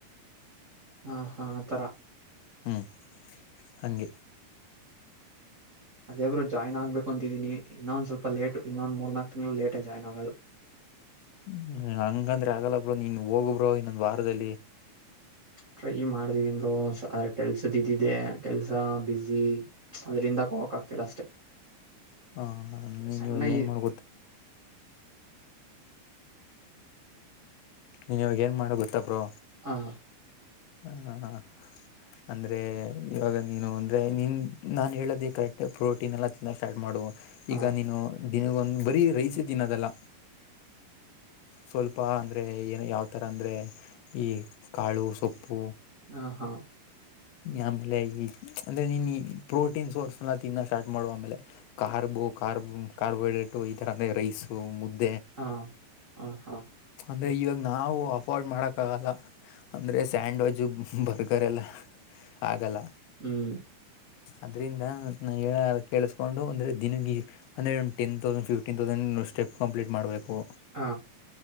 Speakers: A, on the right; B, on the left.
A: ಹಾ ಹಾ ಆ ತರ
B: ಹ್ಮ್ ಹಂಗೆ
A: ಅದೇಬ್ಬರು ಜಾಯ್ನ್ ಆಗ್ಬೇಕು ಅಂತಿದೀನಿ ಇನ್ನೊಂದ ಸ್ವಲ್ಪ ಲೇಟ್ ಇನ್ನೊಂದ ಮೂರ್ ನನಾಲ್ಕ್ಂಗಳು ಲೇಟ ಆ ಜಾಯ್ನ್ ಆಗೋದು <inaudible>
B: ಹ್ಮ ಹಂಗಂದ್ರೆ ಆಗಲ್ಲ ಬ್ರೋ ನೀನ್ ಹೋಗಬ್ರೋ ಇನ್ನೊಂದ್ ವಾರದಲ್ಲಿ
A: ಟ್ರೈ ಮಾಡ್ತಿದ್ದೀನಿ ಬ್ರೋ ಅದ ಕೆಲ್ಸದಿದ್ದಿದೆ ಕೆಲ್ಸ ಬಸಿ ಅದ್ರಿಂದ ಹೋಗಕೆ ಆಗ್ತಿಲ್ಲ ಅಷ್ಟೇ
B: ಹಾ ನೀನ್
A: ಸಣ್ಣ
B: ಇವಾಗ ಏನ್
A: ಈ
B: ಮಾಡ ನೀನ್ವಾಗ ಏನ್ ಮಾಡ ಗೊತ್ತ ಬ್ರೋ
A: ಹಾ
B: ಹಾ ಹಾ ಹಾ ಅಂದ್ರೆ ಇವಾಗ ನೀನು ಅಂದ್ರೆ ನೀನ್ ನಾನ್ ಹೇಳೋದೇ ಕರೆಕ್ಟ್ ಪ್ರೋಟೀನ್ ಎಲ್ಲ ತಿನ್ನ ಸ್ಟಾರ್ಟ್ ಮಾಡು
A: ಹಾ
B: ಈಗ ನೀನು ದಿನಗೊಂದ್ ಬರೀ ರೈಸೆ ತಿನ್ನೋದಲ್ಲ ಸ್ವಲ್ಪ ಅಂದ್ರೆ ಏನು ಯಾವತರ ಅಂದ್ರೆ ಈ ಕಾಳು ಸೊಪ್ಪು
A: ಹಾ ಹಾ
B: ಆಮೇಲೆ ಈ ಅಂದ್ರೆ ನೀನ್ ಪ್ರೋಟೀನ್ ಸೋರ್ಸ್ ಎಲ್ಲ ತಿನ್ನ ಸ್ಟಾರ್ಟ್ ಮಾಡು ಆಮೇಲೆ <unintelligible> ಬ ಕಾರ್ಬೋಹೈಡ್ರೇಟ್ ಈ ತರ ಅಂದ್ರೆ ರೈಸ ಮುದ್ದು
A: ಹಾ ಹಾ ಹಾ
B: ಅಂದ್ರೆ ಇವಾಗ್ ನಾವು ಅಫೋರ್ಡ್ ಮಾಡಕ್ ಆಗಲ್ಲ ಅಂದ್ರೆ ಸ್ಯಾಂಡ್ವಿಜ್ ಬರ್ಗರ್ ಎಲ್ಲ ಆಗಲ್ಲ
A: ಹ್ಮ್
B: ಅದ್ರಿಂದ ನ ಹೇಳ ಕೇಳಿಸಕೊಂಡು ಅಂದ್ರೆ ದಿನ ಅಂದ್ರೆ ಒ ಟೆನ್ ತೌಸಂಡ್ ಫಿಫ್ಟೀನ್ ತೌಸಂಡ್ ಇ ಸ್ಟೆಪ್ ಕಂಪ್ಲೀಟ್ ಮಾಡ್ಬೇಕು
A: ಹ